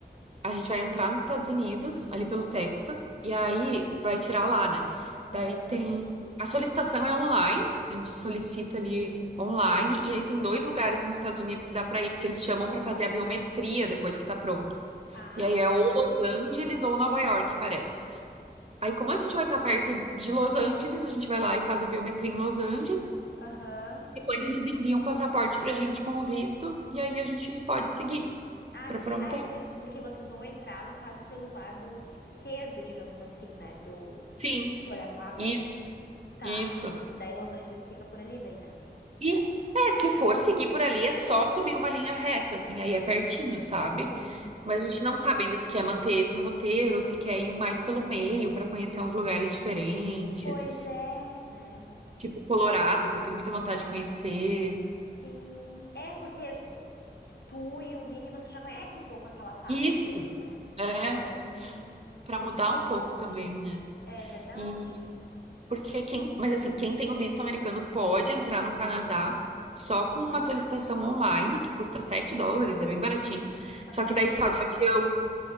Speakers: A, on the right (about 40°); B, on the left (about 70°).
A: a gente vai entrar nos Estados Unidos, ali pelo Texas, e aí vai tirar lá, né?
B: Aham.
A: Daí tem. A solicitação é online, a gente solicita ali online, e aí tem dois lugares nos Estados Unidos que dá pra ir, porque eles chamam pra fazer a biometria depois que tá pronto.
B: Ah,
A: E aí é ou Los
B: sim.
A: Angeles ou Nova York, parece. Aí, como a gente vai estar perto de Los Angeles, a gente vai lá e faz a biometria em Los Angeles.
B: Aham,
A: Depois
B: entendi.
A: eles enviam o passaporte pra gente com o visto e aí a gente pode seguir
B: Ah,
A: pra
B: entendi.
A: fronteira.
B: Ah, é, porque vocês vão entrar, no caso, pelo lado esquerdo, digamos assim, né? Do.
A: Sim,
B: Se tu olhar no mapa,
A: Isso,
B: né? Tá.
A: isso,
B: Que daí Los Angeles fica por ali, daí, né?
A: isso. É, se for seguir por ali, é só subir uma linha reta, assim, aí é pertinho, sabe?
B: Sim, sim.
A: Mas a gente não sabe ainda se quer manter esse roteiro ou se quer ir mais pelo meio pra conhecer uns lugares diferentes,
B: Pois é, né?
A: tipo Colorado, que eu tenho muita vontade de conhecer.
B: Sim. É porque tu e o Vini, você já conhece um pouco aquela parte
A: Isso,
B: ali, né?
A: é,
B: Então,
A: pra
B: seria
A: mudar
B: interessante.
A: um pouco também, né?
B: É verdade?
A: E Porque quem, mas assim, quem tem o visto americano pode entrar no Canadá só com uma solicitação online, que custa 7 dólares, é bem baratinho.
B: Aham.
A: Só que daí só de avião.